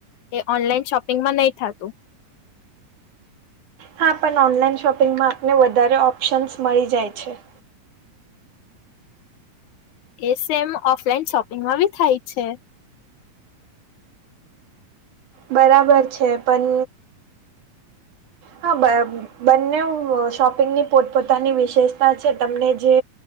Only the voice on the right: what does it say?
હા પન ઓનલાઈન શોપિંગમાં આપને વધારે ઓપ્શન્સ મળી જાય છે.
બરાબર છે પન હા બ બંનેઉ શોપિંગની પોતપોતાની વિશેષતા છે તમને જે